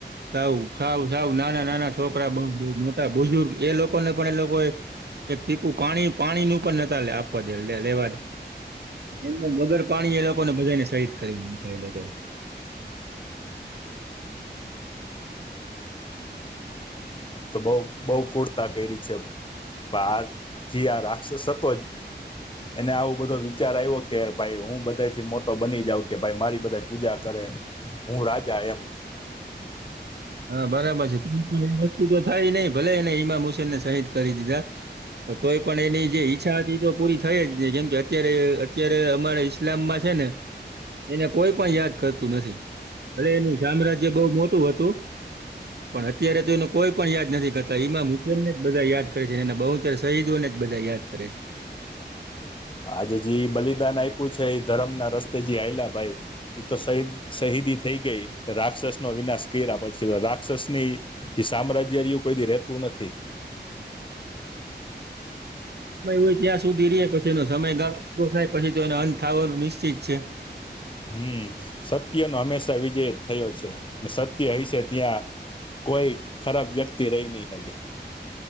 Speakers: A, on the right; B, on the left.
A: સાવ સાવ સાવ નાના નાના છોકરા બ મોટા બુજુર્ગ એ લોકોને પણ એ લોકોએ એક ટીપું પાણી પાણી નું પણ નતા આપવા દે લે લેવા દે એમને વગર પાણી એ લોકોને બધાને શહીદ કરી દે એ લોકોએ
B: આમ તો બો બો કુર્તા કયરી છે. બાર જે આ રાક્ષસ હતો એને આવો બધો વિચાર આવ્યો કે ભાઈ હું બધાથી મોટો બની જાઉં કે ભાઈ મારી બધે પૂજા કરે હું રાજા એમ
A: હ બરાબર છે, <unintelligible> એ વસ્તુ તો થાય ને ભલે એને હઈમામ હુસેન ને શહીદ કરી દીધા તોય પણ એની જે ઈચ્છા હતી એ તો પૂરી થઈ જ જેમ કે અત્યારે અત્યારે અમારે લામ્બા છે, ને એને કોઈ પણ યાદ કરતું નથી ભલે એનું સામ્રાજ્ય બો મોટું હતું પણ અત્યારે તો એને કોઈ પણ યાદ નથી કરતા ઈમામુસ્લમ ને જ બધા યાદ કરે છે, અને બહાદુર શહીદોને જ બધા યાદ કરે
B: આજે જે બલિદાન આપ્યું છે, ધરમ ના રસ્તે જે હાલ્યા ભાઈ એ તો શહીદ શહીદી થઈ ગઈ રાક્ષસનો વિનાશ કર્યા પછી રાક્ષસની જે સામ્રાજ્ય રયુ કોઈનું રેતું નથી
A: સમય હોય ત્યાં સુધી રે પછીનો સમયગાળો પૂરો થાય પછી તો એનો અંત થવાનો નિશ્ચિત છે.
B: હમ સત્યનો હંમેશા વિજય થયો છે, સત્ય હયસે ત્યાં કોઈ ખરાબ વ્યક્તિ રહી ની હગે